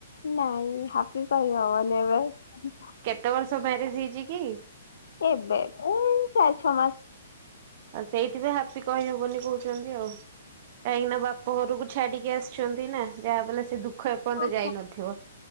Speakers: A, on the left; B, on the right.
A: ନାଇଁ ହାପି କହି ହବନି ଏବେ <inaudible>
B: କେତେ ବର୍ଷ ମ୍ୟାରେଜ ହେଇଚିକି?
A: ଏବେ ଏଇ ଚାରି ଛଅ ମାସ
B: ଆଉ ସେଇଠି ବି ହାପି କହି ହବନି କହୁଚନ୍ତି, ଆଉ କାହିଁକିନା ବାପ ଘରକୁ ଛାଡିକି ଆସିଚନ୍ତି ନା ଯାହା ବଲେ ସେ ଦୁଃଖ ଦୁଃଖ ଏପର୍ଯ୍ୟନ୍ତ
A: ହଁ,
B: ଯାଇ ନଥିବ।